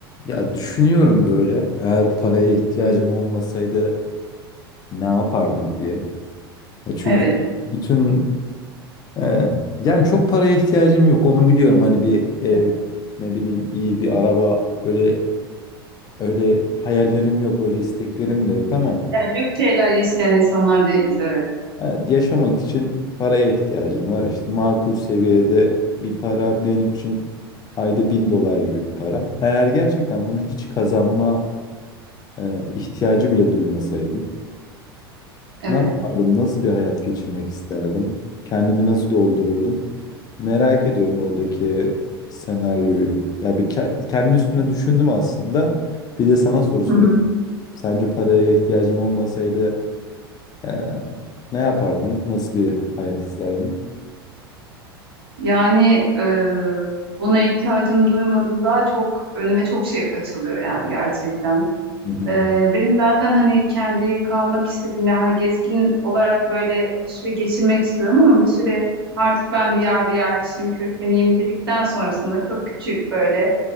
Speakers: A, on the left; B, on the right.
A: Ya düşünüyorum böyle eğer paraya ihtiyacım olmasaydı ne yapardım diye. Ya çünkü
B: Evet.
A: bütün e, yani çok paraya ihtiyacım yok onu biliyorum. Hani bir ev
B: evet.
A: ne bileyim iyi bir araba öyle öyle hayallerim yok öyle isteklerim de yok ama
B: Yani lüks şeyler isteyen insanlar değiliz. Evet.
A: evet yaşamak için paraya ihtiyacım var. İşte makul seviyede bir para benim için ayda bin dolar gibi bir para. Eğer gerçekten bunu hiç kazanma e, ihtiyacı bile duymasaydım.
B: Evet.
A: Ne yapardım? Nasıl bir hayat geçirmek isterdim? Kendimi nasıl doldururdum? Merak ediyorum oradaki senaryoyu. Ya bir ke- kendi üstüne düşündüm aslında. Bir de sana soru sorayım.
B: Hı hı.
A: Sence paraya ihtiyacın olmasaydı eee, ne yapardın? Nasıl bir hayat isterdin?
B: Yani e, buna ihtiyacım duymadım daha çok önüme çok şey açılıyor yani gerçekten.
A: Hı hı.
B: E, benim zaten hani kendi kalmak istediğim yani hani gezgin olarak böyle bir süre geçirmek istiyorum ama bir süre artık ben bir yerde yerleşeyim, kökleneyim dedikten sonrasında çok küçük böyle